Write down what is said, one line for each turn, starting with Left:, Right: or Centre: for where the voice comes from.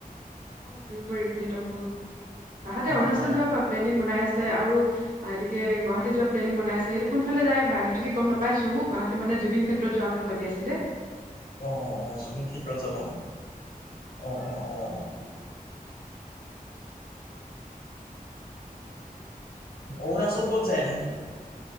Right: অৱ ধ্ৰুৱ ৰিকিহঁতকো অ তাহাঁতে
Left: অ অ
Right: অৰুণাচল
Left: অ
Right: যোৱা ক প্লেনিং বনাই আছে আৰু গুৱাহাটী যোৱা প্লেনিং বনাই আছে সেইটো কোনফালে যায় সিহঁতে গম নাপাইছো গুৱাহাটী মানে জুবিন ক্ষেত্ৰ যোৱা কথা পাতি আছিলে।
Left: অৱ অৱ জুবিন ক্ষেত্ৰত যাব নেকি অৱ অৱ অৱ।
Right: কি আছিলে আৰু
Left: অৰুণাচল ক'ত যায় তাহঁতি?